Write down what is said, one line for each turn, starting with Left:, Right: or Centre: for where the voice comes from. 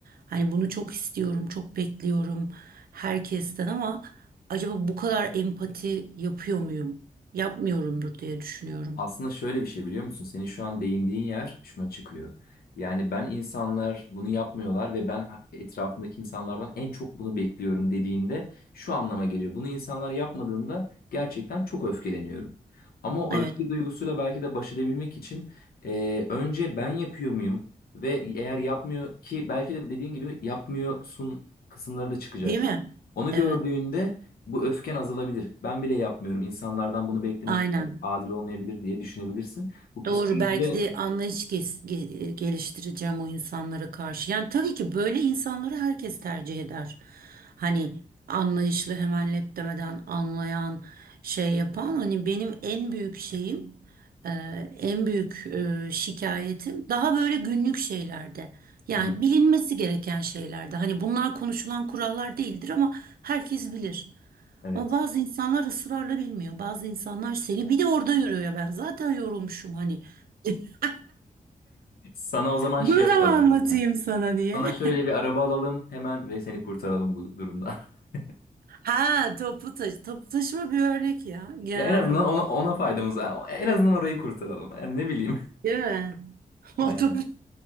Right: Hani bunu çok istiyorum, çok bekliyorum herkesten ama acaba bu kadar empati yapıyor muyum? Yapmıyorumdur diye düşünüyorum.
Left: Aslında şöyle bir şey biliyor musun? Senin şu an değindiğin yer şuna çıkıyor. Yani ben insanlar bunu yapmıyorlar ve ben etrafımdaki insanlardan en çok bunu bekliyorum dediğinde şu anlama geliyor. Bunu insanlar yapmadığında gerçekten çok öfkeleniyorum. Ama o
Right: Evet.
Left: öfke duygusuyla belki de baş edebilmek için e, önce ben yapıyor muyum? Ve eğer yapmıyor ki belki de dediğin gibi yapmıyorsun kısımları da çıkacak.
Right: Değil mi?
Left: Onu
Right: Evet.
Left: gördüğünde bu öfken azalabilir. Ben bile yapmıyorum. İnsanlardan bunu beklemek
Right: Aynen.
Left: adil olmayabilir diye düşünebilirsin. Bu psikolojide
Right: Doğru belki de anlayış ges- ge- e, geliştireceğim o insanlara karşı. Yani tabii ki böyle insanları herkes tercih eder. Hani anlayışlı hemen lep demeden anlayan şey yapan hani benim en büyük şeyim e, en büyük e, şikayetim daha böyle günlük şeylerde. Yani
Left: Hı,
Right: bilinmesi gereken şeylerde. Hani bunlar konuşulan kurallar değildir ama herkes bilir.
Left: evet.
Right: Ama bazı insanlar ısrarla bilmiyor. Bazı insanlar seni bir de orada yürüyor ya ben zaten yorulmuşum hani. <laughs>
Left: Sana o zaman
Right: Bunu
Left: şey yapalım
Right: da mı anlatayım
Left: abla.
Right: sana diye.
Left: Sana şöyle
Right: <laughs>
Left: bir araba alalım hemen ve seni kurtaralım bu durumdan. <laughs>
Right: Ha toplu taşı. Toplu taşıma bir örnek ya genel
Left: Ya en azından
Right: olarak.
Left: ona, ona faydamız var. En azından orayı kurtaralım. Yani ne bileyim.
Right: Değil mi? <laughs> Otobüs,
Left: <laughs> Aynen.